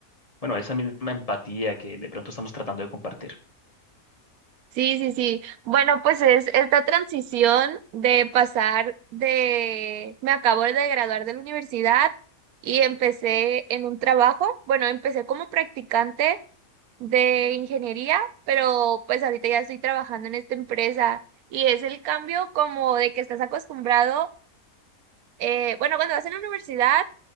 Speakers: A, on the left; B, on the right.
A: bueno, esa misma empatía que de pronto estamos tratando de compartir.
B: Sí, sí, sí. Bueno, pues es esta transición de pasar de, me acabo de graduar de la universidad y empecé en un trabajo. Bueno, empecé como practicante de ingeniería, pero pues ahorita ya estoy trabajando en esta empresa y es el cambio como de que estás acostumbrado, eh, bueno, cuando vas en la universidad